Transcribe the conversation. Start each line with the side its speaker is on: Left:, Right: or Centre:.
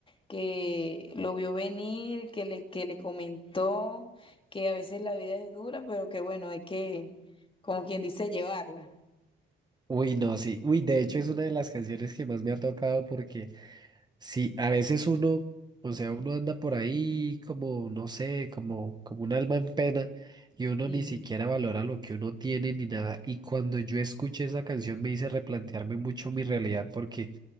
Left: que lo vio venir, que le, que le comentó que a veces la vida es dura, pero que bueno, hay que, como quien dice, llevarla.
Right: Uy, no, sí, uy, de hecho es una de las canciones que más me ha tocado porque... Sí, a veces uno, o sea, uno anda por ahí como, no sé, como, como un alma en pena y uno
Left: Sí,
Right: ni siquiera valora lo que uno tiene ni nada. Y cuando yo escuché esa canción me hice replantearme mucho mi realidad porque